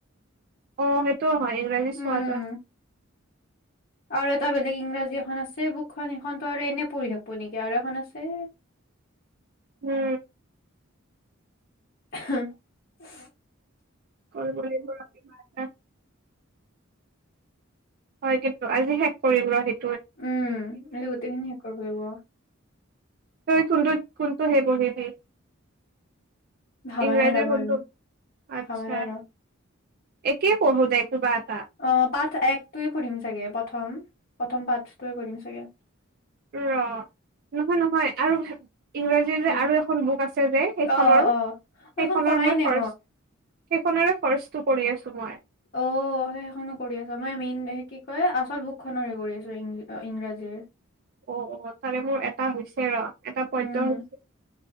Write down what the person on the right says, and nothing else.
অ সেইটো হয় ইংৰাজী
চোৱা যোৱা
উম
<inaudible> হয় কিন্তু আজি শেষ কৰিম ৰ সেইটো
তই কোনটো হে পঢ়িবি
ইংৰাজীৰ
কোনটো? আচ্ছা
একেই পঢ়ো দে <inaudible>
ৰ। নহয় নহয় আৰু ইংৰাজীৰ
যে আৰু এখন বুক আছে যে। সেইখনৰ-সেইখনৰ
মই
ফাষ্ট, সেইখনৰে ফাষ্টটো কৰি আছো মই।
অ, তাৰে মোৰ এটা হৈছে ৰ। এটা পদ্য
হৈছে।